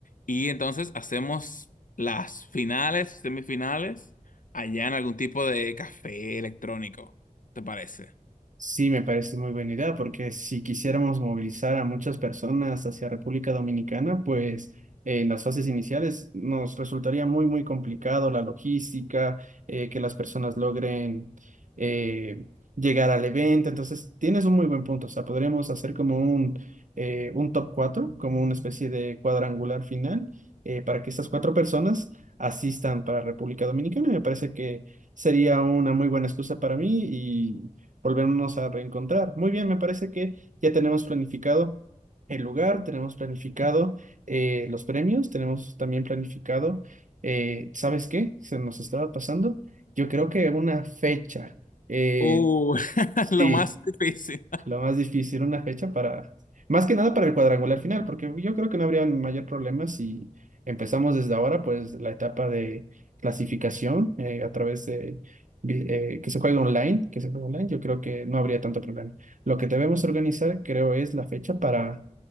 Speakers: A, on the left; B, on the right.
A: y entonces hacemos las finales, semifinales, allá en algún tipo de café electrónico, ¿te parece?
B: Sí, me parece muy buena idea, porque si quisiéramos movilizar a muchas personas hacia República Dominicana, pues eh, en las fases iniciales nos resultaría muy, muy complicado la logística, eh, que las personas logren eh, llegar al evento. Entonces, tienes un muy buen punto. O sea, podríamos hacer como un, eh, un top 4 como una especie de cuadrangular final, eh, para que estas cuatro personas asistan para República Dominicana. Y me parece que sería una muy buena excusa para mí y volvernos a reencontrar. Muy bien, me parece que ya tenemos planificado el lugar, tenemos planificado eh, los premios, tenemos también planificado, eh, ¿sabes qué? Se nos estaba pasando. Yo creo que una fecha. Eh,
A: Uh, <laughs>
B: sí.
A: lo más difícil.
B: Lo más difícil, una fecha para, más que nada para el cuadrangular final, porque yo creo que no habría mayor problema si empezamos desde ahora, pues la etapa de clasificación eh, a través de vi- eh, que se juegue online, que se juegue online, yo creo que no habría tanto problema. Lo que debemos organizar, creo, es la fecha para,